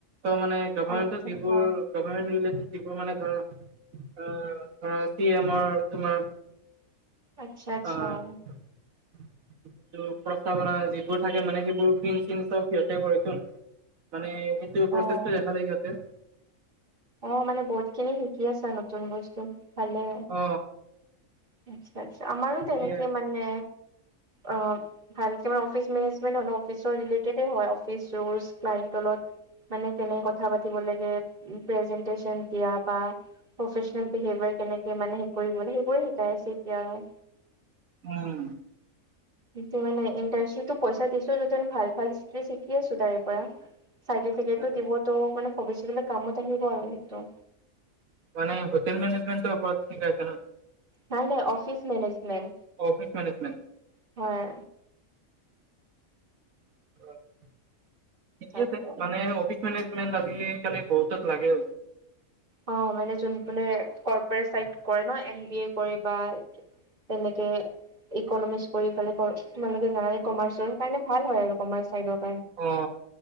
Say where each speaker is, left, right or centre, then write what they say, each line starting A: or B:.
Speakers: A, on the right; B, on the right.
A: মানে গভৰ্মমেন্টৰ
B: আচ্ছা আচ্ছা।
A: যিবোৰ গভৰ্ণমেণ্ট ৰিলেটেড টিবোৰ মানে ধৰা আ ধৰা চি এ মৰ তোমাৰ
B: আচ্ছা আচ্ছা।
A: আ। টো প্ৰস্তাৱনা যিবোৰ থাকে মানে সেইবোৰ প্ৰিণ্ট ছিণ্ট চব সিহঁতে কৰে তোন। মানে এইটো
B: অ',
A: প্ৰচেছটো দেখালে সিহঁতে।
B: অ মানে বহুত খিনি শিকি আছা, নতুন বস্তু ভালে।
A: অ
B: আত্চ্ছা আত্চ্ছা আমাৰো তেনেকে
A: সেয়াই
B: মানে অ ভালকে মানে অ- ফিচ মেনেজমেণ্টন অফিচৰ ৰিলেটেডেই হয়, অফিচ ৰুলছ, ক্লায়েণ্টৰ লগত মানে কেনে কথা পাতিব লাগে, প্ৰেজেণ্টেচন দিয়া বা প্ৰফেচনেল বিহেভিয়াৰ কেনেকে মানে কৰিব, সেইবোৰে শিকাই আছে এতিয়া আৰু।
A: উম।
B: সেটো মানে ইণ্টাৰ্ণশ্বিপটো পইচা দিছোঁ যদি ভাল ভাল স্কিলছ শিকি আছো তাৰে পৰা। চাৰ্টিফিকেটো
A: আচ্ছা
B: দিব ত মানে ভৱিষ্যতলে কামত আহিব আৰু সেইটো।
A: মানে হোটেল মেনেজমেণ্টৰ ওপৰত শিকাইছে ন?
B: নাই নাই অফিচ মেনেজমেণ্ট।
A: Office management.
B: হয়।
A: <unintelligible> ঠিকে
B: তাকে।
A: আছে মানে অফিচ মেনেজমেণ্ট আজি কালি বহুতত লাগেও।
B: অ মানে যোন মানে কৰ্পৰেট চাইড কৰে ন এম বি এ কৰে বা তেনেকে ইকনমিক্স পঢ়ি পেলাই কৰ তোমালোকে জানা কমাৰ্চৰ কাৰণে ভাল হয় আৰু কমাৰ্চ চাইডত।
A: অ